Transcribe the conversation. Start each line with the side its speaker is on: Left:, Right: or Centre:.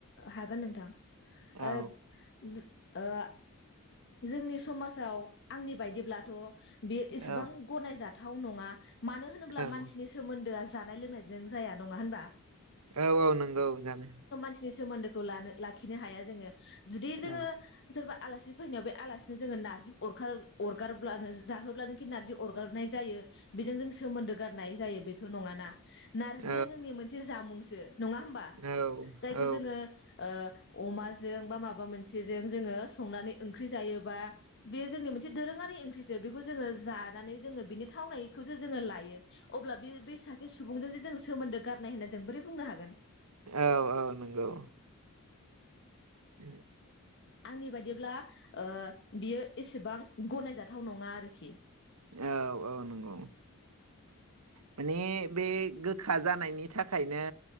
Left: हागोन नोंथां,
Right: औ
Left: ओ दुद ओह जोंनि समाजाव आंनि बायदिब्लाथ' बे एसेबां
Right: औ
Left: गनायजा थाव नङा, मानो होनोब्ला
Right: औ
Left: मानसिनि सोमोन्दोआ जि जानाय लोंनायजों जाया नङा होनबा,
Right: औ औ नगौ जानो?
Left: थ्रि सोमोन्दोखौ लानो लाखिनो हाया जोङो, जुदि जोङो
Right: औ
Left: सोरबा, आलासि फैनायाव बे आलासिनो जोङो नारजि अर अरगारब्लानो जाहोब्लानोखि नारजि अरगारनाय जायो बेजों जों सोमोन्दो गारनाय जायो बेथ' नङाना। नारजिया
Right: औ
Left: जोंनि मोनसे जामुं। सो। नङा होमबा।
Right: औ
Left: जायखौ
Right: औ
Left: जोङो ओ, अमाजों बा माबा मोनसेजों जोङो संनानै ओंख्रि जायोबा। बेयो जोंनि मोनसे दोरोङारि ओंख्रि। बेखौ जोङो जानानै जोङो बिनि थावनायखौसो जोङो लायो। अब्ला बे बे सासे सुबुंजों जों सोमोन्दो गारनाय होनना जों बोरै बुंनो हागोन।
Right: औ औ नंगौ <inaudible>
Left: आंनि बायदिब्ला ओ बियो एसेबां गनायजाथाव नङा आरोखि।
Right: औ औ नंगौ माने बे गोखा जानायनि थाखायनो